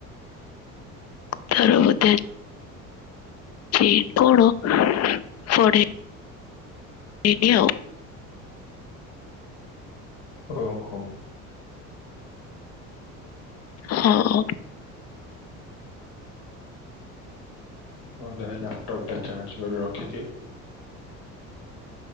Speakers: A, on the left (about 40°); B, on the left (about 65°).
A: ତାର ବଧେ ଛି କଣ ପଢେଇବି ଆଉ।
B: ଓ ହୋ।
A: ହଁ।
B: ମୁଁ ଯାଏ ଲାପଟପ୍ ଟା ଚାର୍ଜ କରି ରଖିଦିଏ।